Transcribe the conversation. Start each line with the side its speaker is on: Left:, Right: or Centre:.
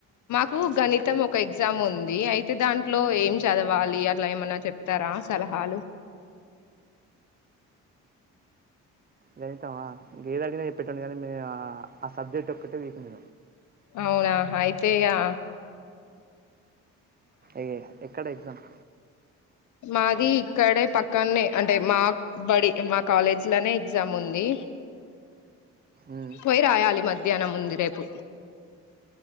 Left: కు గణితం ఒక ఎగ్జామ్ ఉంది అయితే దాంట్లో ఏం చదవాలి అట్లా ఏమన్నా చెప్తారా అల హాలో
Right: గణితం హ వేరే అడిగితే చెప్పెటోనీ కానీ ఆ సబ్జెక్ట్ ఒక్కటే వీకుంది
Left: అవునా అయితే ఇగా
Right: ఎ ఎక్కడ ఎగ్జామ్
Left: మాది ఇక్కడే పక్కనే అంటే మా బడి మా కాలేజ్ లోనే ఎగ్జామ్ ఉంది
Right: మ్మ్.
Left: పోయి రాయాలి మధ్యాహ్నం ఉంది రేపు